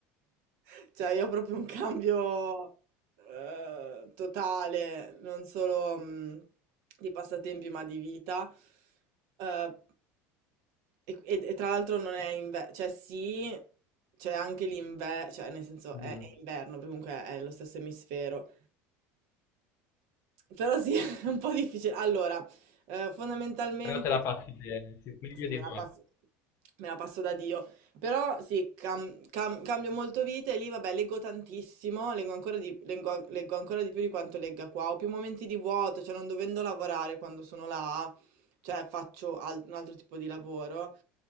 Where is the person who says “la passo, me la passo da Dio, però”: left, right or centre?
Right